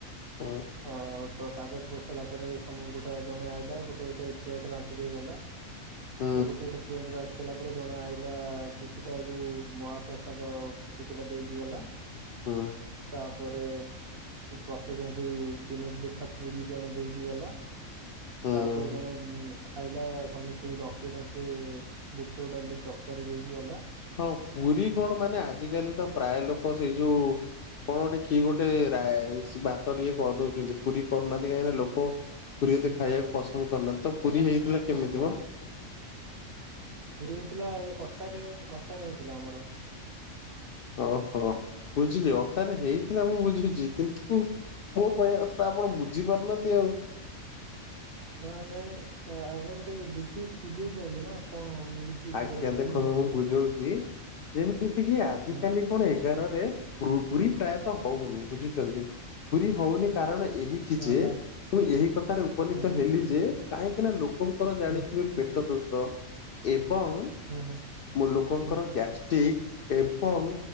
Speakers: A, on the left; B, on the right.
A: ହୁଁ
B: ଅଁ ତ କାଗଜ ପଡି ସାଇଲା ପରେ ସବୁ ଗୋଟାଏ ଜଣେ ଆଇଲା ଗୋଟେ ଗୋଟେ ପ୍ଲେଟ ବାଣ୍ଟି ଦେଇଗଲା
A: <unintelligible>
B: ତ ଗୋଟେ ଗୋଟେ ପେଣ୍ଟ ବାଢି ସାରିଲା ପରେ ଜଣେ ଆଇଲା କିଛିଟା ଯୋଉ ମହାପ୍ରସାଦ କିଛିଟା ଦେଇକି ଗଲା।
A: ହୁଁ
B: ତାପରେ ପ୍ରତ୍ୟେକଙ୍କୁ ତିନୋଟି ଲେଖା ପୁରୀ ଜଣେ ଦେଇକି ଗଲା।
A: ହୁଁ।
B: ତାପରେ ଜଣେ ଉଁ ଆଇଲା ସମସ୍ତଙ୍କୁ ଡଙ୍କିଏ ଡଙ୍କିଏ ବୁଟ ଡାଲି ତକାରୀ ଦେଇକି ଗଲା
A: ହଁ ପୁରୀ କଣ ମାନେ ଆଜି କାଲି ତ ପ୍ରାୟ ଲୋକ ସେଇ ଯୋଉ କଣ ଗୋଟେ କି ଗୋଟେ ରାଇସ ଭାତ ଟିକେ କରିଦଉଚନ୍ତି ପୁରୀ କରୁନାହାନ୍ତି କାହିଁକିନା ଲୋକ ପୁରୀ ଏତେ ଖାଇବାକୁ ପସନ୍ଦ କରିନାନ୍ତି ତ ପୁରୀ ହେଇଥିଲା କେମିତିିମ?
B: ପୁରୀ ହେଇଥିଲା ଏଇ ଅଟାରେ ଅଟାରେ ହେଇଥିଲା ଆମର।
A: ଓହୋ ବୁଝିଲି ଅଟାରେ ହେଇଥିଲା ମୁଁ ବୁଝୁଚି କିନ୍ତୁ ମୋ କହିବା କଥାଟା ଆପଣ ବୁଝି ପାରୁନାହାନ୍ତି ଆଉ।
B: ହଁ ନାଇଁ ଆମେ ଟିକେ ବୁଝି ବୁଝେଇ ପାରୁନୁ ନା କଣ ମୁଁ କିଛି
A: ଆଜ୍ଞା
B: ସତରେ ବୁଝି
A: ଦେଖନ୍ତୁ
B: ହିଁ ପାରୁନି।
A: ମୁଁ ବୁଝଉଚି ଯେମିତି କି ଆଜି
B: ହଁ
A: କାଲି କଣ ଏଗାରରେ ପ୍ରୁ ପୁରୀ ପ୍ରାୟତଃ ହଉନି ବୁଝୁଚନ୍ତି ପୁରୀ ହଉନି କାରଣ ଏହି କି
B: ଅ
A: ଯେ
B: ହ
A: ମୁଁ ଏହି କଥାରେ ଉପନୀତ
B: ହୁଁ
A: ହେଲି ଯେ କାହିଁକିନା ଲୋକ ଲୋକଙ୍କର ଜାଣିଥିବେ
B: ହୁଁ
A: ପେଟ ଦୋଷ। ଏବଂ
B: ହୁଁ ହୁଁ
A: ଲୋକଙ୍କର
B: ହୁଁ
A: ଗ୍ୟାଷ୍ଟିକ୍ ଏବଂ।